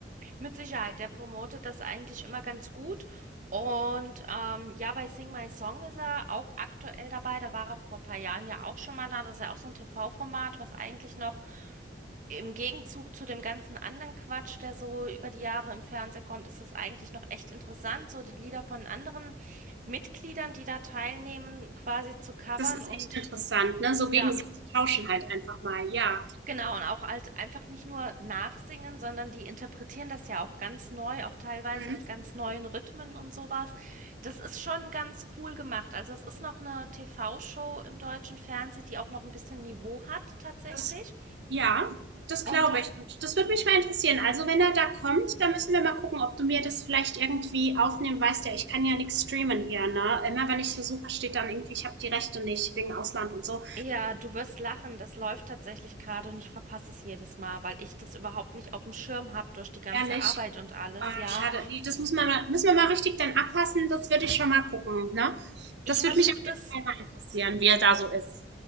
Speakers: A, on the right; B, on the right.
A: Mit Sicherheit, der promotet das eigentlich immer ganz gut. Und ähm, ja, bei Sing My Song ist er auch aktuell dabei. Da war er vor ein paar Jahren ja auch schon mal da. Das ist ja auch so ein TV-Format, was eigentlich noch im Gegenzug zu dem ganzen anderen Quatsch, der so über die Jahre im Fernsehen kommt, ist das eigentlich noch echt interessant, so die Lieder von anderen Mitgliedern, die da teilnehmen, quasi zu covern.
B: Das ist
A: Und
B: echt interessant, ne? So gegen
A: ja,
B: sie zu tauschen halt einfach mal, ja.
A: Genau, und auch halt einfach nicht nur nachsingen, sondern die interpretieren das ja auch ganz neu, auch teilweise
B: Mhm.
A: mit ganz neuen Rhythmen und sowas. Das ist schon ganz cool gemacht. Also es ist noch eine TV-Show im deutschen Fernsehen, die auch noch ein bisschen Niveau hat tatsächlich.
B: Das Ja, das
A: Und
B: glaube ich. Und das würde mich mal interessieren. Also, wenn er da kommt,
A: Mhm.
B: dann müssen wir mal gucken, ob du mir das vielleicht irgendwie aufnehmen weißt. Ja, ich kann ja nichts streamen hier, ne? Immer wenn ich versuche, steht dann irgendwie, ich habe die Rechte nicht wegen Ausland und so.
A: ja, du wirst lachen, das läuft tatsächlich gerade und ich verpasse es jedes Mal, weil ich das überhaupt nicht auf dem Schirm habe durch die ganze
B: Ehrlich.
A: Arbeit und alles.
B: Ah,
A: Ja,
B: schade. Nee, Das muss man, mal- müssen wir mal richtig dann abpassen. Das würde ich schon mal gucken, ne? Das
A: ich
B: würde
A: versuche
B: mich auf jeden
A: das
B: Fall mal interessieren, wie er da so ist.